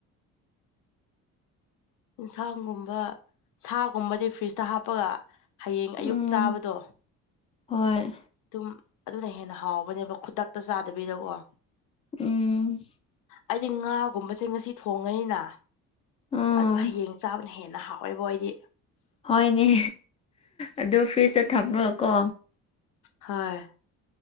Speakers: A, on the left (about 80°); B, on the left (about 20°).
A: ꯏꯟꯁꯥꯡꯒꯨꯝꯕ ꯁꯥꯒꯨꯝꯕꯗꯤ ꯐ꯭ꯔꯤꯖꯇ ꯍꯥꯞꯄꯒ ꯍꯌꯦꯡ ꯑꯌꯨꯛ
B: ꯎꯝ
A: ꯆꯥꯕꯗꯣ
B: ꯍꯣꯏ
A: ꯇꯨꯝ ꯑꯗꯨꯅ ꯍꯦꯟꯅ ꯍꯥꯎꯕꯅꯦꯕ ꯈꯨꯗꯛꯇ ꯆꯥꯗꯕꯤꯗꯀꯣ
B: ꯎꯝ
A: ꯑꯩꯗꯤ ꯉꯥꯒꯨꯝꯕꯁꯦ ꯉꯁꯤ ꯊꯣꯡꯉꯅꯤꯅ
B: ꯑꯥ
A: ꯑꯗꯨ ꯍꯌꯦꯡ ꯆꯥꯕ ꯅ ꯍꯦꯟꯅ ꯍꯥꯎꯋꯦꯕꯣ ꯑꯩꯗꯤ
B: ꯍꯣꯏꯅꯦ ꯑꯗꯨ ꯐ꯭ꯔꯤꯖꯇ ꯊꯝꯔꯒꯀꯣ
A: ꯍꯣꯢ